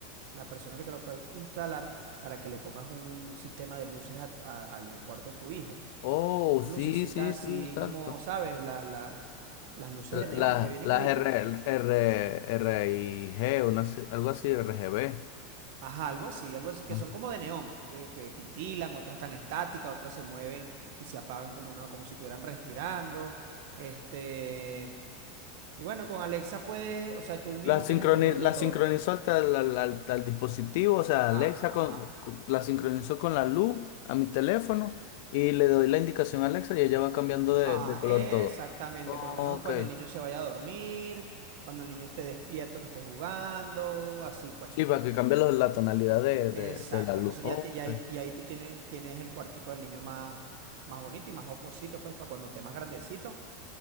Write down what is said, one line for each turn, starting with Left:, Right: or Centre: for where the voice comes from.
Right: la persona que te lo puede instalar para que le pongas un sistema de luces a- a- a- en el cuarto a tu hijo.
Left: Oh,
Right: Unas
Left: sí,
Right: lucecitas
Left: sí, sí,
Right: así
Left: exacto.
Right: como, ¿sabes? La, la- las luces
Left: La-
Right: de neón
Left: la-
Right: que vienen
Left: las
Right: ahorita.
Left: R, R, RIG, una se- algo así, R, RGB.
Right: Ajá, algo así, algo así, que
Left: Ajá.
Right: son como de neón, que, que titilan, otras están estáticas, otras se mueven y se apagan como una, como si estuvieran respirando. Este, y bueno, con Alexa puedes, o sea, tú mismo
Left: La sincroni-
Right: tienes el control
Left: la
Right: de todo.
Left: sincronizó hasta al, tel- al- al- al dispositivo, o sea,
Right: Ajá,
Left: Alexa con- con- la sincronizó con la luz a mi teléfono y le doy la indicación a Alexa y ella va cambiando de,
Right: ah,
Left: de color
Right: exactamente,
Left: todo. Ok,
Right: por lo menos cuando el niño se vaya a dormir, cuando el niño esté despierto, que esté jugando, así pues.
Left: sí, para que cambie lo- la tonalidad de,
Right: Exacto,
Left: de- de la luz.
Right: entonces
Left: Ok.
Right: ya, te- ya, ahí- ya ahí tú tienes, tienes el cuartico del niño más, más bonito y más jocosito, pues, para cuando esté más grandecito